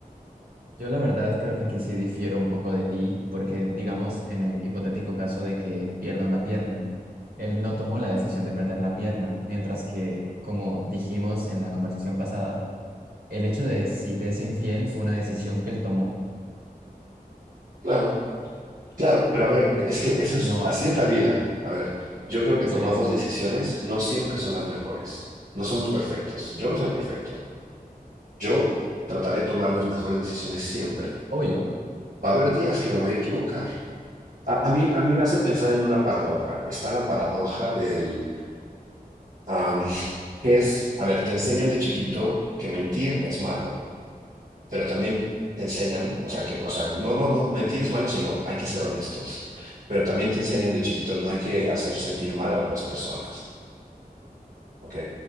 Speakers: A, on the right (about 85°); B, on the right (about 70°).
A: Yo la verdad creo que aquí sí difiero un poco de ti, porque digamos en el hipotético caso de que pierda una pierna, él no tomó la decisión de perder la pierna, mientras que, como dijimos en la conversación pasada, el hecho de si te es infiel fue una decisión que él tomó,
B: Claro, claro, pero a ver, es que
A: Ah,
B: eso es,
A: no
B: así
A: va a
B: es la vida. A ver, yo creo que
A: hacer
B: tomamos
A: eso.
B: decisiones, no siempre son las mejores. No somos perfectos. Yo no soy perfecto. Yo trataré de tomar las mejores decisiones siempre.
A: Obvio.
B: Va a haber días que me voy a equivocar. A, a mí, a mí me hace pensar en una paradoja. Está la paradoja del Am, que es, a ver, te enseñan de chiquito que mentir es malo, pero también te enseñan, o sea, que, o sea, no, no, no, mentir es malo, sino hay que ser honestos, pero también te enseñan de chiquito no hay que hacer sentir mal a otras personas, ¿ok?